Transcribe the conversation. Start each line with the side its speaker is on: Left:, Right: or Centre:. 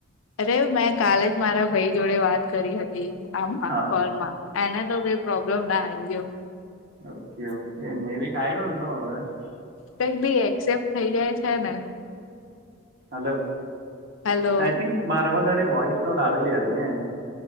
Left: અરે મેં કાલે જ મારા ભાઈ જોડે વાત કરી હતી આ
Right: હા
Left: કોલમાં. એને તો કઈ પ્રોબ્લેમ ના આઈ ગયો.
Right: Okay okay maybe I don't know હવે- -
Left: કઈક ભી એક્સેપ્ટ થઈ જાય છે ને.
Right: હલો
Left: હેલો
Right: આઈ થિંક મારામાં તારી વોઈસ નોડ આવેલી હતી.